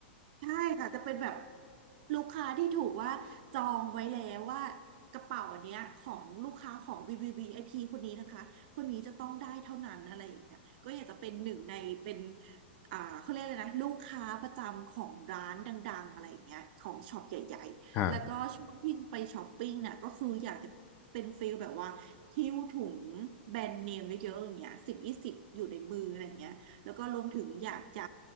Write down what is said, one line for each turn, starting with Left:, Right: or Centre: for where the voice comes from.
Right: ใช่ค่ะจะเป็นแบบลูกค้าที่ถูกว่าจองไว้แล้วว่ากระเป๋าเนี้ยของลูกค้าของวีวีวีไอพีคนนี้นะคะคนนี้จะต้องได้เท่านั้นอะไรอย่างเงี้ยก็อยากจะเป็นหนึ่งในเป็นอ่าเขาเรียกเลยนะลูกค้าประจำของร้านดังๆอะไรอย่างเงี้ยของช็อปใหญ่ๆแล้วก็ช่วงที่ไปช้อปปิ้งน่ะก็คืออยากจะเป็นฟิลแบบว่าหิ้วถุงแบรนด์เนมเยอะๆอย่างเงี้ยสิบยี่สิบอยู่ในมืออะไรอย่างเงี้ย
Left: ครับ
Right: แล้วก็รวมถึงอยากจะ